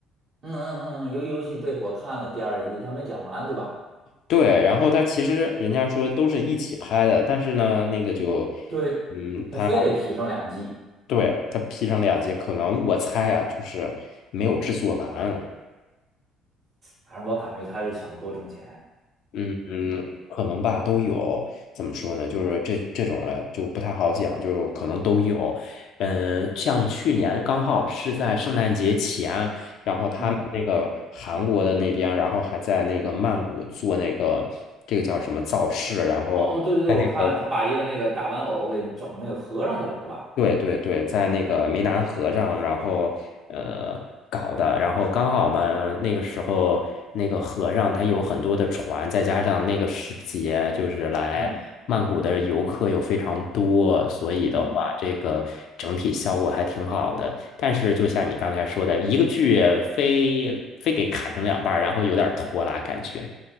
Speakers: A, on the right; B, on the left.
A: 嗯嗯嗯，鱿鱼游戏，对，我看了第二季，他没讲完，对吧？
B: 对，然后它其实人家说都是一起拍的，但是呢，那个就，
A: 对，
B: 嗯，
A: 他非得劈上两季，
B: 它对它劈成两集，可能我猜呀，就是没有制作完。
A: 反正我感觉他是想多挣钱。
B: 嗯嗯，可能吧，都有。怎么说呢？就是这这种啊，就不太好讲，就可能都有。嗯，像去年刚好是在圣诞节前，然后他们那个韩国的那边，
A: 嗯，
B: 然后还在那个曼谷做那个这个叫什么造势，然后在那个
A: 哦，对对对，我看了，他把一个那个大玩偶给整那个合上去了，是吧？
B: 对对对，在那个湄南河上，然后呃搞的，然后刚好嘛，那个时候那个河上它有很多的船，再加上那个时节，就是来曼谷的游客又非常多，
A: 嗯
B: 所以的话，
A: 嗯
B: 这个整体效果还挺好的。但是就像你刚才说的，一个剧非非给砍成两半儿，然后有点拖拉感觉。